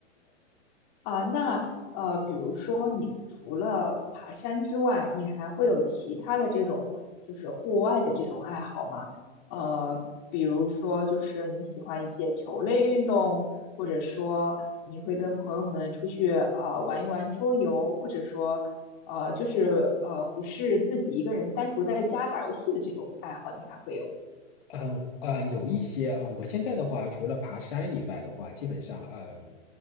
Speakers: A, on the left; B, on the left.
A: 啊，那呃，比如说你除了爬山之外，你还会有其他的这种就是户外的这种爱好吗？呃，比如说就是你喜欢一些球类运动，或者说你会跟朋友们出去呃玩一玩桌游，或者说呃就是呃不是自己一个人单独在家打游戏的这种爱好，你还会有吗？
B: 嗯嗯，有一些嗯，我现在的话，除了爬山以外的话，基本上嗯